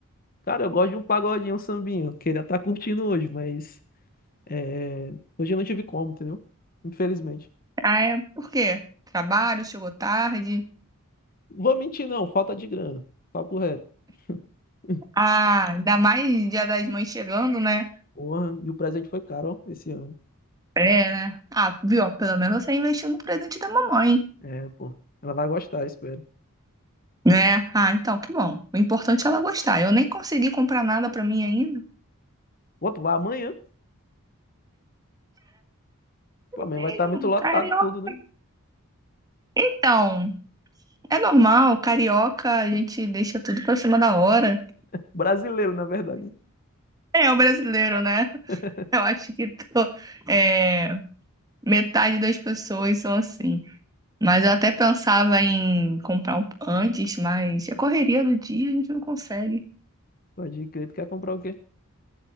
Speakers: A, on the left; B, on the right.
A: Cara, eu gosto de um pagodinho, um sambinho. Queria estar curtindo hoje, mas é, hoje eu não tive como, entendeu? Infelizmente.
B: Ah, é, por quê? Trabalho, chegou tarde.
A: Vou mentir, não. Falta de grana. Papo reto. <laughs>
B: Ah, ainda mais Dia das Mães chegando, né?
A: Porra, e o presente foi caro, ó, esse ano.
B: É, né? Ah, viu? Pelo menos você investiu no presente da mamãe,
A: É, pô. Ela vai gostar, espero.
B: né? Ah, então, que bom. O importante é ela gostar. Eu nem consegui comprar nada pra mim ainda.
A: Pô, tu vai amanhã? Pô, amanhã
B: É
A: vai estar muito
B: Mesmo,
A: lotado
B: carioca.
A: tudo, né?
B: Então, é normal, carioca, a gente deixa tudo pra cima da hora.
A: Brasileiro, na verdade.
B: É, o brasileiro, né?
A: <laughs>
B: Eu acho que tô- é, metade das pessoas são assim. Mas eu até pensava em comprar um antes, mas a correria do dia a gente não consegue.
A: Pode crer, tu quer comprar o quê?